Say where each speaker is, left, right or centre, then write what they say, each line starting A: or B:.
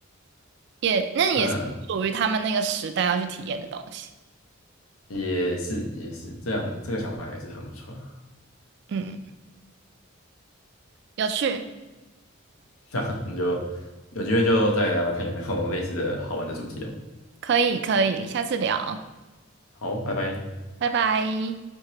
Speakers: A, on the right; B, on the left.
A: 也那也是属于他们那个时代要去体验的东西。
B: <laughs> 嗯，也是也是，这样这个想法也是很不错啊。
A: 嗯，有趣，
B: <laughs> 那你就有机会就再聊聊看有没有类似的好玩的主题哦。
A: 可以可以，下次聊，
B: 好，拜拜。
A: 拜拜。